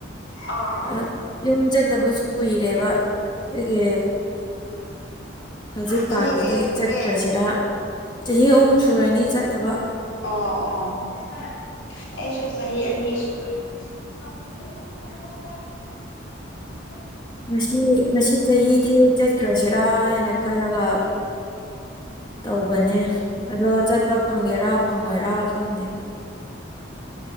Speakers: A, on the left; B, on the left.
A: ꯑꯥ
B: ꯑ
A: ꯑꯥ
B: ꯌꯨꯝ ꯆꯠꯇꯕꯁꯨ ꯀꯨꯏꯔꯦꯕ ꯗꯒꯤ ꯍꯧꯖꯤꯛꯀꯥꯟꯒꯤꯗꯤ
A: ꯆꯍꯤ ꯀꯌꯥ ꯁꯨꯔꯦ
B: ꯆꯠꯈ꯭ꯔꯁꯤꯔ ꯆꯍꯤ ꯑꯍꯨꯝ ꯁꯨꯔꯅꯤ ꯆꯠꯇꯕ꯫
A: ꯑꯣ ꯑꯣ <unintelligible> ꯑꯩꯁꯨ ꯆꯍꯤ ꯑꯅꯤ ꯁꯨꯔ <unintelligible>
B: ꯉꯁꯤ ꯉꯁꯤ ꯆꯍꯤꯗꯤ ꯆꯠꯈ꯭ꯔꯁꯤꯔꯥ ꯍꯥꯏꯅ ꯈꯜꯂꯒ ꯇꯧꯕꯅꯦ ꯑꯗꯣ ꯆꯠꯄ ꯐꯪꯒꯦꯔꯥ ꯐꯪꯉꯣꯏꯔꯥ ꯈꯪꯗꯦ꯫